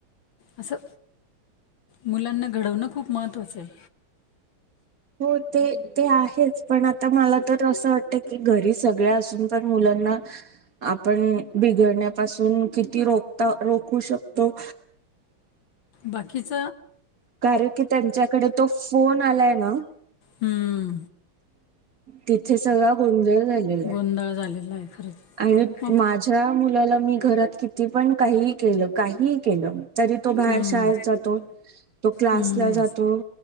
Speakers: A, on the left; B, on the right.
A: असं मुलांना घडवणं खूप महत्वाचं आहे.
B: हो ते ते आहेच, पण आता मला तर असं वाटत की, घरी सगळ असून पण मुल त्यांना आपण बिघडण्यापासून किती रोखता रोखू शकतो?
A: बाकीच
B: कारण कि त्यांच्याकडे तो फोन आलाय ना?
A: हं,
B: तिथे सगळा गोंधळ झालेला हाय.
A: गोंधळ झालेला आहे खरंच.
B: आणि
A: मग
B: माझ्या मुलाला मी घरात किती पण? काही केलं, काहीही केलं तरी तो बाहेर
A: हं,
B: शाळेत जातो, तो क्लासला
A: हं,
B: जातो.